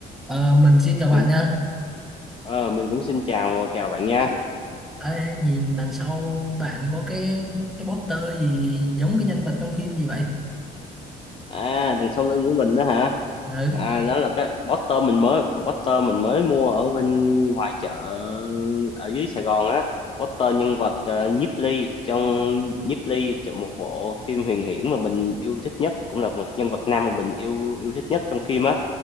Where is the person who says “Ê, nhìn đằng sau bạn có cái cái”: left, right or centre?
Centre